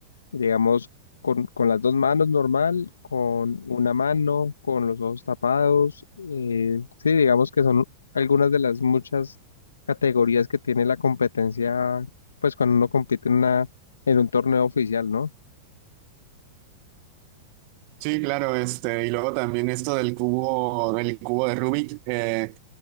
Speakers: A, on the left; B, on the right.
A: digamos, con, con las dos manos normal, con una mano, con los ojos tapados. eh, sí, digamos que son algunas de las muchas categorías que tiene la competencia, pues cuando uno compite en una, en un torneo oficial, ¿no?
B: Sí, claro, este, y luego también esto del cubo, del cubo de Rubik, eh,